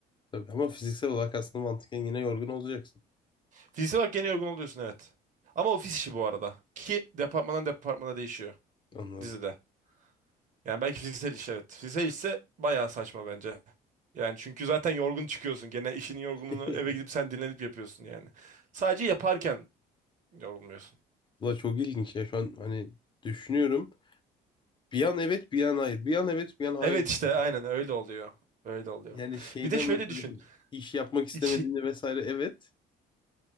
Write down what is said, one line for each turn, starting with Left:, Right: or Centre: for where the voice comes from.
Left: tabii. Ama fiziksel olarak aslında mantıken yine yorgun olacaksın.
Right: Fiziksel olarak gene yorgun oluyorsun evet. Ama ofis işi bu arada. Ki departmandan departmana değişiyor
Left: Anladım.
Right: dizide. Yani belki fiziksel iş evet. Fiziksel işse bayağı saçma bence. Yani çünkü zaten yorgun çıkıyorsun. Gene işinin yorgunluğunu
Left: <laughs>
Right: eve gidip sen dinlenip yapıyorsun yani. Sadece yaparken yorulmuyorsun.
Left: Valla çok ilginç ya şu an hani düşünüyorum. Bir an evet bir an hayır. Bir an evet bir an hayır.
Right: Evet
Left: diyorum.
Right: işte aynen öyle oluyor. Öyle oluyor.
Left: Yani şeyden
Right: Bir de şöyle
Left: mesela
Right: düşün.
Left: şey, iş yapmak istemediğinde
Right: İçi
Left: vesaire evet.